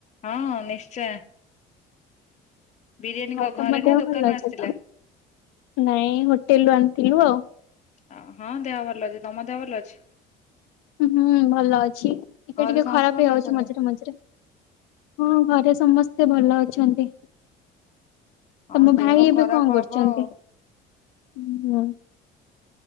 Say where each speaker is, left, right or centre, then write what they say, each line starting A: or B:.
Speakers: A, on the left; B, on the left.
A: ହଁ ନିଶ୍ଚୟ। ବିରିୟାନୀ
B: ହଉ
A: କ ଘରେ
B: ତମ
A: ନା
B: ଦେହ
A: ଦୋକାନରୁ
B: ଭଲ ଅଛି
A: ଆସିଥିଲା?
B: ତ ନାଇଁ ହୋଟେଲ ରୁ ଆଣିଥିଲୁ ଆଉ।
A: ଆ ହଁ ଦେହଭଲ ଅଛି। ତମ ଦେହଭଲ ଅଛି?
B: ହୁଁ ଭଲ ଅଛି ଟିକେ
A: ଘରେ
B: ଟିକେ
A: ସମସ୍ତେ
B: ଖରାପ
A: ଭଲ
B: ହେଇଯାଉଛି
A: ଅଛନ୍ତି?
B: ମଝିରେ ମଝିରେ। ହଁ ଘରେ ସମସ୍ତେ ଭଲ ଅଛନ୍ତି।
A: ହଁ
B: ତମ
A: ଦେହ
B: ଭାଇ ଏବେ
A: ଖରାପ
B: କଣ କରୁଛନ୍ତି?
A: ହବ ଆଉ
B: ଉ ହୁଁ।